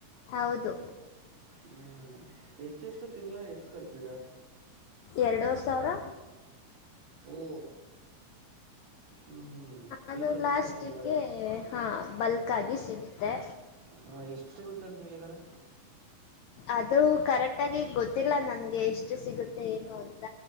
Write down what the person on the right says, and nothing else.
ಹ್ಮ್ ಎಷ್ಟ ಎಷ್ಟು ತಿಂಗ್ಗಳ ಎಷ್ಟು ಕಟ್ತಿದರಾ
ಓ ಹ್ಮ್ ಹ್ಮ್
ಫ್ಯೂಚರ್
ಪ್ಲಾನಿಂಗ್ ಇವಾಗ
ಹ ಎಷ್ಟು ಸಿಗುತ್ತ ಅಂತ ಹೇಳಿದಾರೆ